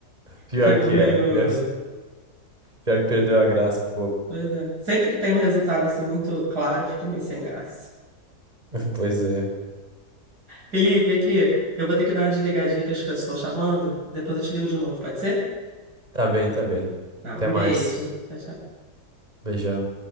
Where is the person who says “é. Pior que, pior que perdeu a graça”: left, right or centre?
Right